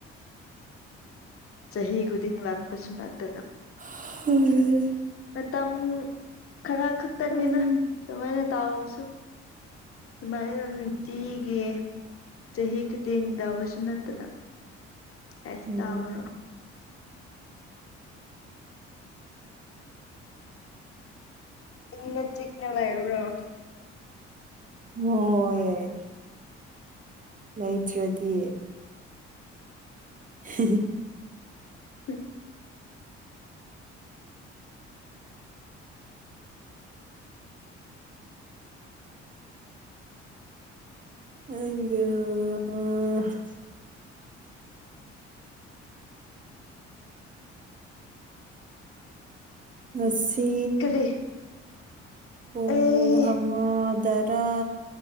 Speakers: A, on the left; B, on the right.
A: ꯆꯍꯤ ꯈꯨꯗꯤꯡ ꯂꯥꯛꯄꯁꯨ ꯅꯠꯇꯅ
B: <unintelligible>
A: ꯃꯇꯝ ꯈꯔ ꯈꯛꯇꯅꯤꯗ
B: ꯎꯝ
A: ꯁꯃꯥꯏꯅ ꯇꯥꯎꯁꯨ ꯁꯨꯃꯥꯏꯅ ꯅꯨꯡꯇꯤꯒꯤ ꯆꯍꯤ ꯈꯨꯗꯤꯡ ꯇꯎꯕꯁꯨ ꯅꯠꯇꯅ ꯀꯩꯁꯨ
B: ꯎꯝ
A: ꯇꯧꯔꯔꯣꯏ ꯏꯪꯅ ꯆꯤꯛꯅ ꯂꯩꯔꯨꯔꯣ
B: ꯃꯣꯏ ꯂꯩꯗ꯭ꯔꯗꯤ <unintelligible>
A: <unintelligible>
B: <unintelligible> ꯉꯁꯤ
A: ꯀꯔꯤ
B: ꯄꯨꯡ
A: ꯑꯩ
B: ꯑꯃꯗꯔꯥ